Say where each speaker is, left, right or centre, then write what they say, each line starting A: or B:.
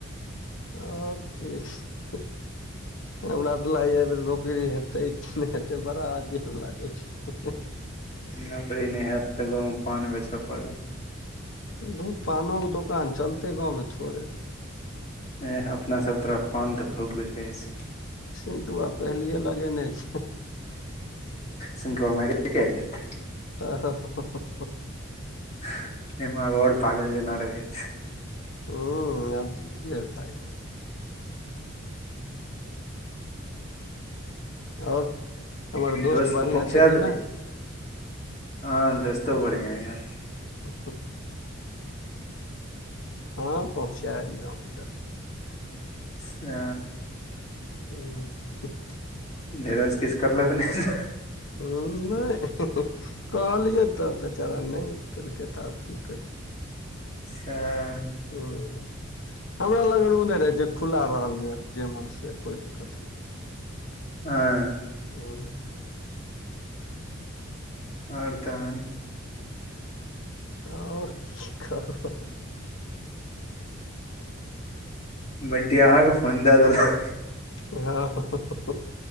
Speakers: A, on the left; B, on the left.
A: आओर किछ हमरा तऽ लागैए जे नौकरी हेत तै कि नै हेतै बड़ा अजीब लागै छै
B: नौकरी नहि हैत तऽ गाँव मे पान बेचय पड़त
A: धू पानो के दोकान चलतै गाँव मे थोड़े
B: एह अपना सब तरफ पान तऽ खूब बिकै छै
A: सिन्टुआ पहिलिये लगेने छै
B: सिन्टुआ माइरे के लेत
A: तऽ हां हां हु हु
B: तहिमे आब आओर पागल जेना रहै छै
A: हूँ आजीब यै भाय <inaudible> आओर हमर
B: तऽ दोस्त
A: बढ़ियां
B: के पहुँचे
A: छै कि
B: देलीयै
A: नहि
B: हँ दोस्तो बढ़ियां ये
A: ऊं हूंह हँ पहुँचे एलियै हन डेरा
B: अच्छा
A: ओ सिट्ट
B: धिरज किछु करलक नहि
A: उं नहि कहलियै तऽ बेचारा नहि केलकै तऽ आब की कहि सकै
B: सेह
A: हूँ हमरा लगन ओ नहि रहै जे खुल्ला रहल जे मोन से कोई दिक्कत नहि
B: हँ
A: हुँ
B: आओर तहन
A: आओर की कहबै
B: बंटिया अहाँ के फोन दऽ देलक
A: हँ